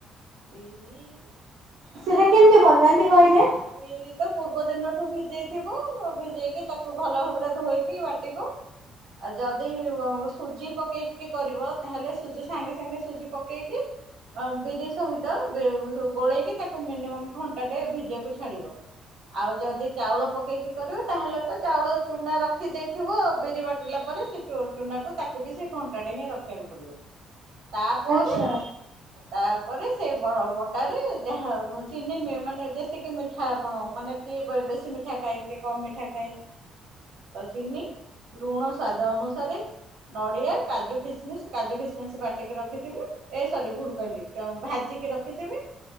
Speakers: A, on the right; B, on the right.
A: ବିରିହି
B: ସେଟା କେମିତି ବନାନ୍ତି କହିଲେ?
A: ବିରି ତ ପୂର୍ବ ଦିନଠୁ ଭିଜେଇ ଥିବ। ଭିଜେଇକି ତାକୁ ଭଲ ଭାବରେ ଧୋଇକି ବା ଟିବୁ ଆଉ ଯଦି <unintelligible> ସୁଜି ପକେଇକି କରିବ ତାହେଲେ ସୁଜି ସାଙ୍ଗେ ସାଙ୍ଗେ ସୁଜି ପକେଇକି ଆ ବିରି ସହିତ ବେ ସ ଗୋଳେଇକି ତାକୁ ମିନିମମ୍ ଘଣ୍ଟାଟେ ଭିଜିବାକୁ ଛାଡିବ। ଆଉ ଯଦି ଚାଉଳ ପକେଇକି କରିବୁ ତାହେଲେ ତ ଚାଉଳ ଚୁନା ରଖିଦେଇଥିବ। ବିରି ବାଟିଲା ପରେ ସେ ଚୋ ଚୁନାକୁ ତାକୁ ବି ସେ ଘଣ୍ଟାଟେ ହିଁ ରଖିବାକୁ ପଡିବ। ତାପରେ
B: ଆଚ୍ଛା
A: ତାପରେ ସେ ବହ-ବଟାରେ ଯାହା ଚିନି ମି ମାନେ ଯେତିକି ମିଠା ଆପଣ ମାନେ କିଏ ବେଶୀ ମିଠା ଖାଏ କିଏ କମ୍ ମିଠା ଖାଏ। ତ ଚିନି ଲୁଣ ସ୍ୱାଦ ଅନୁସାରେ ନଡିଆ କାଜୁ ଖିସମିସ୍ କାଜୁ ଖିସମିସ୍ ବାଟିକି ରଖିଥିବେ। ଏ ସରି ଭୁଲ କହିଲି। <unintelligible> ଭାଜିକି ରଖିଥିବେ।